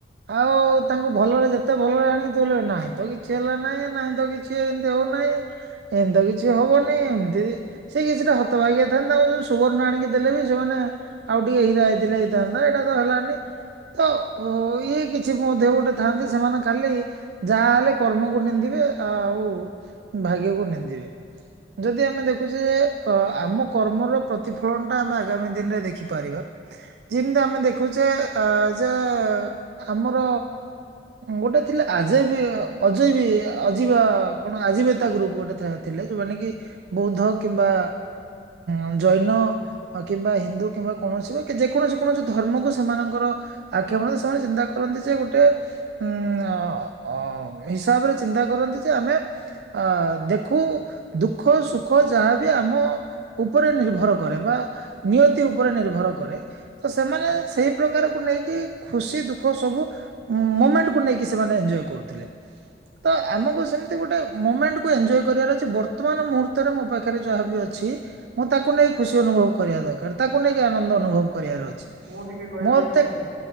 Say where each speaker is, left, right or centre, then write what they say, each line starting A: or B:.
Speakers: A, on the right; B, on the right.
A: ଆଉ ତାଙ୍କୁ ଭଲରେ ଯେତେ ଭଲରେ ଆଣିକି ଦେଉଲେ ନାହିଁ ତ କିଛି ହେଲା ନାହିଁ ନହିଁ ତ କିଛି ଏମତି ହଉନାହିଁ ଏମିତି କିଛି ହବନି ଏମିତି ସେ କିଛିଟା ହତ ଭାଗିଆ ଥାନ୍ତି ତାଙ୍କୁ ଯ ସୁବର୍ଣ୍ଣ ଆଣିକି ଦେଲେ ବି ସେମାନେ ଆଉ ଟିକେ ହୀରା ହେଇଥିଲେ ହେଇଥାନ୍ତା ଏଇଟା ତ ହେଲାନି ତ ଇଏ କିଛି ମଧ୍ୟ ଗୋଟେ ଥାଆନ୍ତି ସେମାନେ ଖାଲି ଯାହା ହେଲେ କର୍ମକୁ ନିନ୍ଦିବେ ଆଉ ଭାଗ୍ୟକୁ ନିନ୍ଦିବେ ଯଦି ଆମେ ଦେଖୁଛେ ଯେ ଆମ କର୍ମର ପ୍ରତିଫଳନଟା ଆମେ ଆଗାମୀ ଦିନରେ ଦେଖିପାରିବା ଯେମିତି ଆମେ ଦେଖୁଚେ ଯେ ଆମର ଗୋଟେ ଥିଲେ ଆଜେବି ଅଜୟବି ଅଜବା କଣ ଆଜୀବ ତା ଗ୍ରୁପ ଗୋଟେ ଥାଏ। ଥିଲେ ଯୋଉମାନେ କି ବୌଦ୍ଧ କିମ୍ବା ଉ ଜୈନ କିମ୍ବା ହିନ୍ଦୁ କିମ୍ବା କୌଣସି ବି ଯେକୌଣସି କୌଣସି ଧର୍ମକୁ ସେମାନଙ୍କର ଆକ୍ଷେପଣ ସେମାନେ ଚିନ୍ତା କରନ୍ତି ଯେ ଗୋଟେ ଉ ହିସାବରେ ଚିନ୍ତା କରନ୍ତି ଯେ ଆମେ ଅ ଦେଖୁ ଦୁଃଖ ସୁଖ ଯାହାବି ଆମ ଉପରେ ନିର୍ଭର କରେ ବା ନିୟତି ଉପରେ ନିର୍ଭର କରେ। ତ ସେମାନେ
B: ଆଜ୍ଞା।
A: ସେଇ ପ୍ରକାରକୁ ନେଇକି ଖୁସି ଦୁଃଖ ସବୁ ମୁମେଣ୍ଟ କୁ ନେଇକି ସେମାନେ ଏଞ୍ଜୟ କରୁଥିଲେ ତ ଆମକୁ ସେମିତି ଗୋଟେ ମୁମେଣ୍ଟ କ ଏଞ୍ଜୟ କରିବାର ଅଛି ବର୍ତ୍ତମାନ ମୁହୂର୍ତ୍ତରେ ମୋ ପାଖରେ ଯାହାବି ଅଛି। ମୁଁ ତାକୁ ନେଇ ଖୁସି ଅନୁଭବ କରିବା ଦରକାର ତାକୁ ନେଇକି ଆନନ୍ଦ ଅନୁଭବ କରିବାର ଅଛି
B: ମୁଁ ଟିକେ କହିବା
A: ମତେ
B: ପାଇଁ ଚାହିଁବି